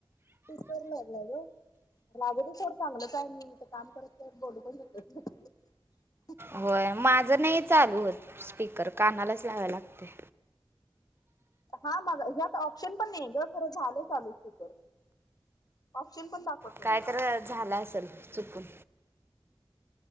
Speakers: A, on the left (about 45°); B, on the right (about 25°).
A: त सू लागला ग <unintelligible> मंग लाघुदे थोडं चांगलं काय म कामं करत बोलू पणं शकतेस नां
B: होय, माझं नाहीं चालूं होतं स्पीकर कानालाच लावय लागतंय
A: हा मग ह्यात ऑप्शन पण नाही ग खरं झालं चालू स्पीकर ऑप्शन पण दाखवत नाहीये
B: काय तर झालं असेल चुकून